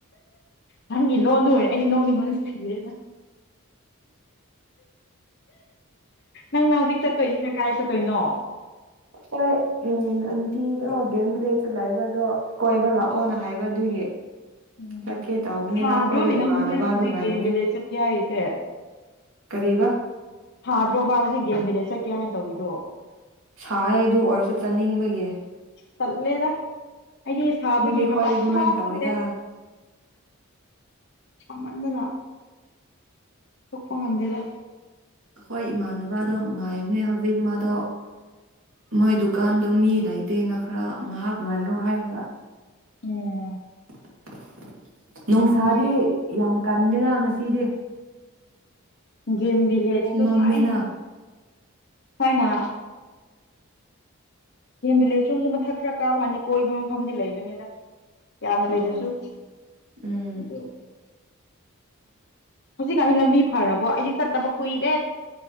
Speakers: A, on the left; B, on the right.
A: ꯅꯪꯒꯤ ꯂꯣꯟꯗꯨ ꯑꯣꯏꯔꯦ ꯑꯩꯗꯤ ꯅꯣꯛꯅꯤꯡꯕꯅ ꯁꯤꯔꯦꯗ ꯅꯪꯅ ꯍꯧꯖꯤꯛ ꯆꯠꯇꯣꯏꯁꯤꯅ ꯀꯥꯏ ꯆꯠꯇꯣꯏꯅꯣ
B: ꯍꯣꯏ ꯎꯝ ꯑꯟꯇꯤꯗꯤ ꯑꯣ ꯒꯦꯝ ꯚꯤꯂꯦꯖꯇ ꯂꯩꯕꯗꯣ ꯀꯣꯏꯕ ꯂꯥꯛꯑꯣꯅ ꯍꯥꯏꯕ ꯑꯗꯨꯒꯤ
A: ꯎꯝ
B: ꯆꯠꯀꯦ ꯇꯧꯕꯅꯤꯗ
A: ꯁꯥꯗ꯭ꯔꯣ
B: ꯑꯩꯈꯣꯏꯗꯣ
A: ꯅꯦ ꯅꯪ
B: ꯏꯃꯥꯟꯅꯕꯗꯣ
A: ꯅꯣꯏꯅ ꯍꯧꯖꯤꯛ
B: ꯉꯥꯏꯕꯅꯦ
A: ꯒꯦꯝ ꯕꯤꯂꯦꯖꯗ ꯆꯠꯀꯦ ꯍꯥꯏꯔꯤꯁꯦ
B: ꯀꯔꯤꯕ
A: ꯊꯥꯗ꯭ꯔꯣꯕ ꯍꯧꯖꯤꯛ ꯒꯦꯝ ꯃꯦꯅꯦꯠ ꯆꯠꯀꯦ ꯍꯥꯏꯅ ꯇꯧꯔꯤꯗꯣ
B: ꯁ ꯑꯗꯨ ꯑꯣꯔꯁꯨ ꯆꯠꯅꯤꯡꯕꯒꯤ
A: ꯇꯂꯦꯗ ꯑꯩꯗꯤ ꯁꯥꯕꯒꯤ
B: ꯑꯩꯈꯣꯏꯗꯤ
A: ꯃꯄꯥꯜ
B: ꯑꯗꯨꯃꯥꯏꯅ ꯇꯧꯋꯦꯗ
A: ꯊꯣꯛꯇꯦ ꯁꯃꯗꯅ ꯄꯨꯞꯄ ꯍꯥꯟꯗꯦꯗ
B: ꯑꯩꯈꯣꯏ ꯏꯃꯥꯟꯅꯕꯗꯣ ꯉꯥꯏꯕꯅꯦ ꯍꯧꯖꯤ ꯛꯃꯥꯗꯣ <unintelligible> ꯃꯣꯏ ꯗꯨꯀꯥꯟꯗꯣ ꯃꯤ ꯂꯩꯇꯦꯅ ꯈꯔ ꯉꯥꯏꯍꯥꯛ ꯉꯥꯏꯌꯣ ꯍꯥꯏꯔꯒ
A: ꯎꯝ
B: <unintelligible> ꯅꯣꯡꯣꯡ ꯁꯥꯗꯤ
A: ꯎꯝ
B: ꯌꯥꯝ ꯀꯟꯗ ꯁꯤꯗꯤ
A: ꯎꯝ ꯦꯦꯝ ꯂꯤ ꯍꯥꯏ ꯇ
B: ꯃꯝꯃꯦꯅ
A: ꯀꯥꯏ ꯅ ꯀꯅ ꯑꯦꯝ ꯚꯕꯤꯂꯦꯖ ꯔꯨꯝꯁꯨ ꯃꯊꯛ ꯈꯔ ꯀꯥꯕ ꯀꯥꯟꯗ ꯀꯣꯏꯕ ꯃꯐꯝꯗꯤ ꯂꯩꯕꯅꯤꯗ ꯌꯥꯝꯅ
B: ꯑꯣ
A: ꯂꯩꯗꯨꯁꯨ
B: ꯎꯝ
A: <unintelligible> ꯍꯧꯖꯤꯛꯀꯥꯟꯁꯤ ꯂꯝꯕꯤ ꯐꯔꯕꯣ ꯑꯩꯗꯤ ꯆꯠꯇꯕ ꯀꯨꯏ